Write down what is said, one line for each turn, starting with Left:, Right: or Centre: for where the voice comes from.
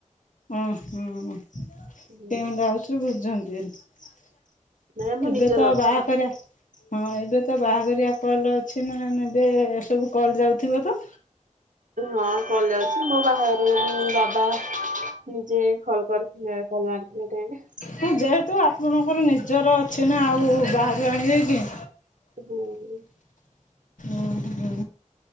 Left: ଓ ହ କେଉଁମଟ
Right: ହୁଁ
Left: ଆଉଥ ବୁଝଛନ୍ତି <unintelligible>
Right: ନାଇଁ ଆମ
Left: ଏବେ
Right: ନିଜର
Left: ତ
Right: ଅଛି।
Left: ବାହା କରିବା ହଁ ଏବେ ତ ବାହାଘରଆ କଲ ଅଛି ନା ଏବେ ଏ ସବୁ କଲ୍ ଯାଉଥିବ ତ।
Right: ହଁ କଲେ ଅଛି ମୋ ବାହାରେ ବାବା <inaudible> ନିଜେ ଖଲ କରି <inaudible>
Left: ହଁ ଯେହେତୁ ଆପଣଙ୍କର ନିଜର ଅଛି ନା ଆଉ ବାହାରୁ ଆଣିବେ କି?
Right: ହୁଁ-ଉ।
Left: ଓଃ ହୋ।